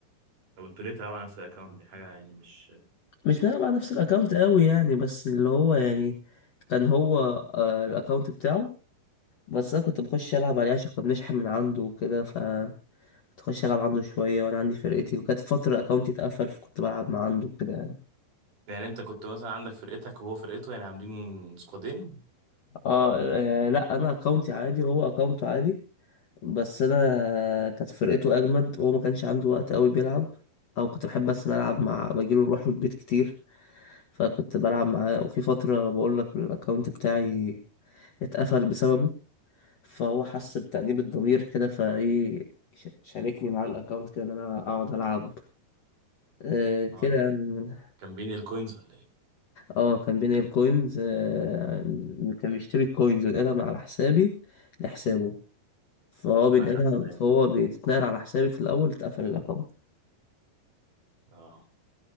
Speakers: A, on the right; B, on the left.
A: طب انتوا ليه تلعبوا على نفس الاكونت دي حاجه يعني مش
B: مش بنلعب على نفس الأكاونت قوي يعني بس اللي هو يعني كان هو آه، الأكاونت بتاعه بس أنا كنت بخش ألعب عليه عشان كنا بنشحن من عنده وكده ف تخش العب عنده شويه وانا عندي فرقتي وكانت فتره اكونتي اتقفل فكنت بلعب مع عنده كده يعني
A: يعني انت كنت مثلا عندك فرقتك وهو فرقته يعني عاملين سكوادين
B: اه آه، لا انا اكونتي عادي وهو اكونته عادي بس انا كانت فرقته اجمد وهو ما كانش عنده وقت قوي بيلعب او كنت بحب بس أنا العب مع بجيله نروح له البيت كتير فكنت بلعب معاه وفي فتره بقول لك الاكونت بتاعي اتقفل بسببه فهو حس بتأنيب الضمير كده فايه ش- شاركني معاه الاكونت كده ان انا اقعد العب آه كده
A: اه
B: يعني
A: كان بين الكوينز ولا ايه
B: اه كان بينقل كوينز آه، كان بيشتري الكوينز وينقلها من على حسابي لحسابه فهو بينقلها
A: فاخدت بالي
B: فهو بتتنقل على حسابي في الأول اتقفل الأكونت
A: اه